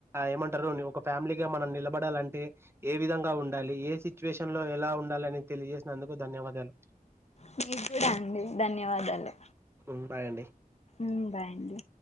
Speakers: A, on the right; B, on the left.
A: ఏమంటారు ఒక ఫ్యామిలీగా మనం నిలబడాలంటే ఏ విధంగా ఉండాలి ఏ సిచ్యువేషన్ లో ఎలా ఉండాలి అని తెలియజేసినందుకు ధన్యవాదాలు జనా
B: మీకు కూడా అండి ధన్యవాదాలు
A: హ్మ్. బాయ్ అండి
B: మ్మ్ బాయండి